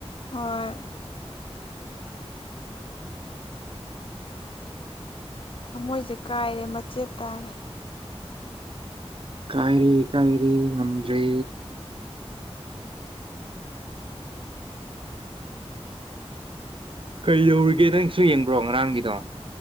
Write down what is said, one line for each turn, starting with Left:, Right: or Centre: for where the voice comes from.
Left: ꯍꯣꯏ ꯊꯃꯣꯏꯁꯦ ꯀꯥꯏꯔꯦ ꯃꯆꯦꯠ ꯇꯥꯔꯦ
Right: ꯀꯥꯏꯔꯦ ꯀꯥꯏꯔꯦ ꯉꯝꯗ꯭ꯔꯦ ꯀꯩ ꯌꯧꯔꯤꯒꯦ ꯅꯪꯁꯨ ꯌꯦꯡꯕ꯭ꯔꯣ ꯉꯔꯥꯡꯒꯤꯗꯣ